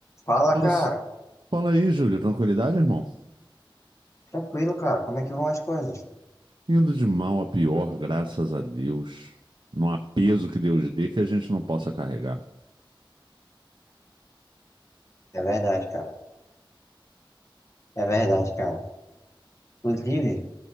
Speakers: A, on the left; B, on the right.
A: Fala,
B: Fala,
A: cara.
B: fala aí, Júlio. Tranquilidade, irmão?
A: Tranquilo, cara. Como é que vão as coisas?
B: Indo de mal a pior, graças a Deus. Não há peso que Deus dê que a gente não possa carregar.
A: É verdade, cara. É verdade, cara. Inclusive,